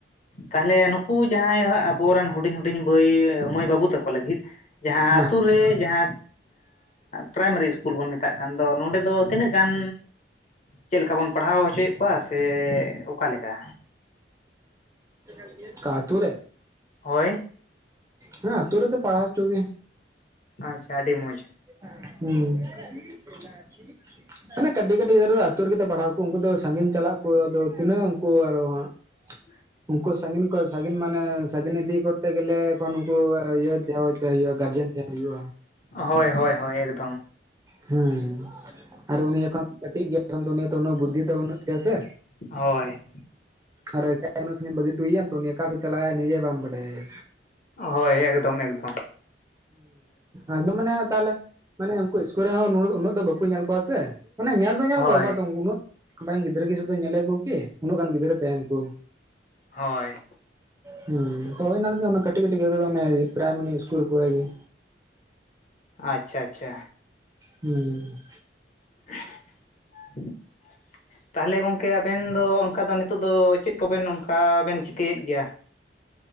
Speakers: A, on the left (about 40°); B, on the right (about 20°).
A: ᱛᱟᱦᱞᱮ ᱱᱩᱠᱩ ᱡᱟᱦᱟᱸᱭ ᱟᱵᱚ ᱨᱮᱱ ᱦᱩᱰᱤᱧ ᱦᱩᱰᱤᱧ ᱵᱟᱹᱭ ᱢᱟᱹᱭ ᱵᱟᱹᱵᱩ ᱛᱟᱠᱚ ᱞᱟᱹᱜᱤᱫ, ᱡᱟᱦᱟᱸ
B: ᱦᱮᱸ
A: ᱟᱛᱳ ᱨᱮ ᱡᱟᱦᱟᱸ ᱯᱨᱟᱭᱢᱟᱨᱤ <unintelligible> ᱤᱥᱼᱼ ᱠᱩᱞ ᱵᱚᱱ ᱢᱮᱛᱟᱜ ᱠᱟᱱ ᱫᱚ, ᱱᱚᱰᱮ ᱫᱚ ᱛᱤᱱᱟᱹᱜ ᱜᱟᱱ ᱪᱮᱫ ᱞᱮᱠᱟ ᱵᱚᱱ ᱯᱟᱲᱦᱟᱣ ᱦᱚᱪᱚᱭᱮᱫ ᱠᱚᱣᱟ᱾ ᱥᱮ ᱥᱮ ᱚᱠᱟ ᱞᱮᱠᱟ᱾
B: <unintelligible> ᱟᱹᱛᱩ ᱨᱮᱼᱼ
A: ᱦᱳᱭ
B: ᱦᱮᱸ ᱟᱛᱳ ᱨᱮᱫᱚ ᱯᱟᱲᱦᱟᱣ ᱦᱚᱪᱚ ᱜᱮ᱾
A: ᱟᱪᱪᱷᱟ ᱟᱹᱰᱤ ᱢᱚᱡᱽ᱾
B: <unintelligible> ᱦᱟᱱᱮ ᱠᱟᱹᱴᱤᱡ ᱠᱟᱹᱴᱤᱡ ᱜᱤᱫᱽᱨᱟᱹ ᱫᱚ, ᱟᱹᱛᱩ ᱨᱮᱜᱮ ᱯᱟᱲᱦᱟᱜ ᱠᱚ᱾ ᱩᱱᱠᱩ ᱫᱚ ᱥᱟᱹᱜᱤᱧ ᱪᱟᱞᱟᱜ ᱠᱚ ᱟᱫᱚ ᱛᱤᱱᱟᱹᱜ ᱩᱱᱠᱩ <unintelligible> ᱦᱟᱸᱜᱼᱼ
A: <inaudible>
B: ᱩᱱᱠᱩ ᱥᱟᱺᱜᱤᱧ ᱠᱚ ᱥᱟᱺᱜᱤᱧ ᱢᱟᱱᱮ ᱥᱟᱜᱤᱧ ᱤᱫᱤ ᱠᱚᱛᱮ ᱜᱮᱞᱮ ᱮᱠᱷᱚᱱ ᱩᱱᱠᱩ ᱤᱭᱟᱹ <unintelligible> <unintelligible> ᱦᱩᱭᱩᱜᱼᱟ ᱜᱟᱨᱡᱮᱱ ᱛᱟᱦᱮᱸ ᱦᱩᱭᱩᱜᱼᱟ᱾
A: ᱦᱳᱭ ᱦᱳᱭ ᱦᱳᱭ <unintelligible>
B: ᱦᱮᱸ ᱟᱨ ᱩᱱᱤ ᱮᱠᱷᱚᱱ ᱠᱟᱹᱴᱤᱡ ᱜᱮᱼᱼ ᱮᱱᱠᱷᱟᱱ ᱫᱚ ᱩᱱᱤᱭᱟᱜ ᱫᱚ ᱩᱱᱟᱹᱜ ᱵᱩᱫᱽᱫᱷᱤ ᱫᱚ ᱵᱟᱹᱱᱩᱜ ᱛᱟᱭᱟ ᱥᱮ᱾
A: ᱦᱳᱭ
B: ᱟᱨ <unintelligible> ᱩᱱᱤ ᱟᱠᱟ ᱥᱮᱫ ᱪᱟᱞᱟᱜ ᱱᱤᱡᱮ ᱵᱟᱢ ᱵᱟᱰᱟᱭᱟ
A: ᱦᱳᱭ ᱮᱠᱫᱚᱢ ᱮᱠᱫᱚᱢ
B: ᱦᱮᱸ <unintelligible> ᱢᱟᱱᱮ ᱛᱟᱦᱞᱮᱼᱼ ᱢᱟᱱᱮ ᱩᱱᱠᱩ ᱤᱥᱠᱩᱞ ᱨᱮ ᱦᱚᱸ ᱩᱱᱟᱹᱜ ᱫᱚ ᱵᱟᱠᱚ ᱧᱮᱞ ᱠᱚᱣᱟ ᱥᱮ ᱢᱟᱱᱮ ᱧᱮᱞ ᱫᱚ ᱧᱮᱞ
A: ᱦᱳᱭ
B: ᱠᱚᱣᱟ ᱚᱠᱟ ᱩᱱᱟᱹᱜᱼᱼ ᱟᱢᱨᱮᱱ ᱜᱤᱫᱽᱨᱟᱹ ᱠᱚ ᱥᱷᱩᱫᱩ ᱧᱮᱞᱮᱫ ᱠᱚ ᱜᱮ ᱩᱱᱟᱹᱜ ᱜᱟᱱ ᱜᱤᱫᱽᱨᱟᱹ ᱛᱟᱦᱮᱱ ᱟᱠᱚ
A: ᱦᱳᱭ
B: ᱦᱩᱸ ᱦᱳᱭ ᱚᱱᱟ ᱞᱟᱜᱤᱫ ᱠᱟᱹᱴᱤᱡ ᱠᱟᱹᱴᱤᱡ <unintelligible> ᱯᱮᱨᱟᱭᱢᱟᱨᱤ ᱤᱥᱠᱩᱞ ᱠᱚ ᱨᱮ ᱜᱮᱼᱼ
A: ᱟᱪᱪᱷᱟ ᱟᱪᱪᱷᱟ
B: ᱦᱩᱸᱻ
A: <unintelligible> ᱛᱟᱞᱦᱮ ᱜᱚᱝᱠᱮ ᱟᱵᱮᱱ ᱫᱚ ᱚᱱᱠᱟ ᱫᱚ ᱱᱤᱛᱚᱜ ᱫᱚ ᱪᱮᱫ ᱠᱚᱵᱮᱱ ᱚᱱᱠᱟ ᱵᱮᱱ ᱪᱤᱠᱟᱹᱭᱮᱫ ᱜᱮᱭᱟ?